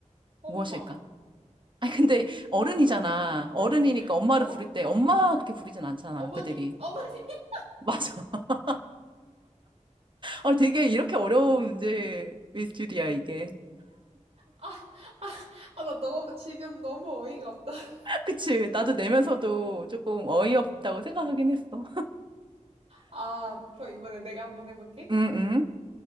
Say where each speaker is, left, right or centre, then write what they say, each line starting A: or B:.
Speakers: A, on the right (about 55°); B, on the right (about 40°).
A: 엄마.
B: 무엇일까? 아니, 근데 어른이잖아.
A: 어, <laughs>
B: 어른이니까 엄마를
A: 뭐?
B: 부를 때 엄마 그렇게 부르진 않잖아,
A: 어머니,
B: 그들이.
A: 어머니. <laughs>
B: 맞아. <laughs> 아, 되게 이렇게 어려운 문제일 줄이야, 이게.
A: 아, 아, 나 너무, 지금 너무 어이가 없다. <laughs>
B: <laughs> 그치? 나도 내면서도 조금 어이없다고 생각하긴 했어.
A: 아, 그럼 이번에 내가 한번 해볼게.
B: 응, 응.